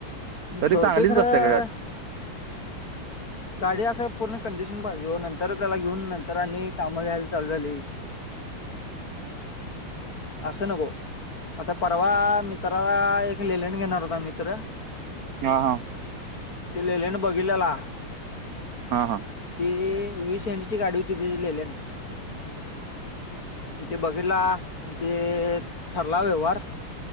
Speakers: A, on the right; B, on the left.
A: तरी
B: सोडतोय
A: चांगलीच
B: खरं
A: बसते का गाडी
B: गाडी असं पूर्ण कंडिशन पाहिजे ओ नंतर त्याला घेऊन नंतर आणि कामं यायला चालू झाली असं नको आता परवा मित्राला एक लेलेन घेणार होता मित्र
A: हा हा
B: ते लेलेने बघितलेला
A: हां हां
B: ती वीस एंडची गाडी होती त्याची लेलेन ते बघितला म ते ठरला व्यवहार